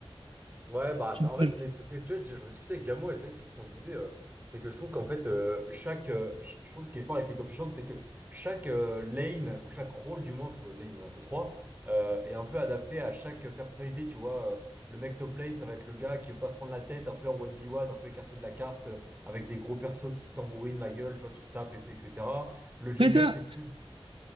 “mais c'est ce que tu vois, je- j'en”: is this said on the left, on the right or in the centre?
Right